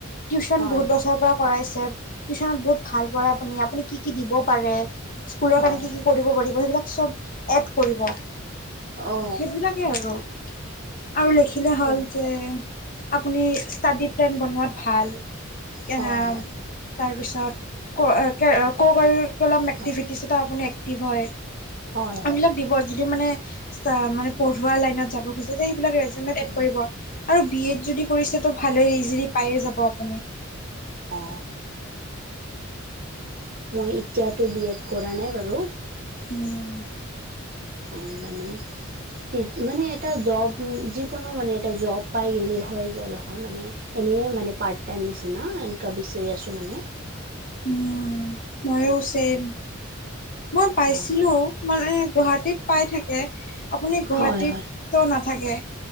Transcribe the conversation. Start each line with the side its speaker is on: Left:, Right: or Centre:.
Left: টিউচন
Right: হয়
Left: বহুত
Right: হয়
Left: বছৰৰ পৰা কৰাইছে টিউচনত বহুত পঢ়ায় আপুনি, আপুনি কি কি দিব পাৰে স্কুলৰ
Right: হয়
Left: কাৰণে কি
Right: হয়
Left: কি কৰিব পাৰিব সেইবিলাক চব এড কৰিব।
Right: অ
Left: সেইবিলাকেই আৰু আৰু
Right: অ
Left: লেখিলে
Right: তেন্তে
Left: হ'ল যে আপুনি ষ্টাডি প্লেন বনোৱাত ভাল, কে
Right: হয় হয়
Left: তাৰপিছত ক-কো-কাৰিকুলাম এক্টিভিটিছ
Right: হয়
Left: আপুনি এক্টিভ হয়
Right: হয়
Left: এইবিলাক
Right: হয়
Left: দিব। যদি মানে মানে পঢ়োৱা লাইনত যাব খুজে তে সেইবিলাক ৰেজিউমিত
Right: হয়
Left: এড কৰিব। আৰু বি এড যদি কৰিছে তো ভালেই, ইজিলি পায়ে যাব আপুনি।
Right: অ। মই এতিয়াতো বি এড কৰা নাই বাৰু।
Left: উম।
Right: অ মানে টি মানে এটা জব যিকোনো মানে এটা জব পাই গেলি হয় গেল হয় মানে। এনেই মানে পাৰ্ট টাইম নিচিনা এনেকোৱা বিচাৰি আছো মানে।
Left: উম, মইও চেম। মই পাইছিলো।
Right: অ
Left: মানে গুৱাহাটীত পাই থাকে। আপুনি গুৱাহাটীতটো
Right: হয় হয়
Left: নাথাকে?